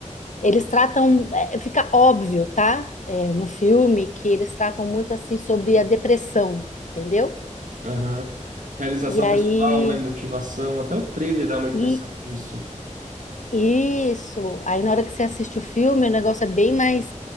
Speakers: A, on the left; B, on the right.
A: Eles tratam, é, fica óbvio, tá? É, no filme que eles tratam muito assim sobre a depressão, entendeu?
B: Aham. Realização
A: E aí,
B: pessoal, né? Motivação, até o trailer dá uma impressão
A: e
B: disso.
A: isso. Aí na hora que você assiste o filme, o negócio é bem mais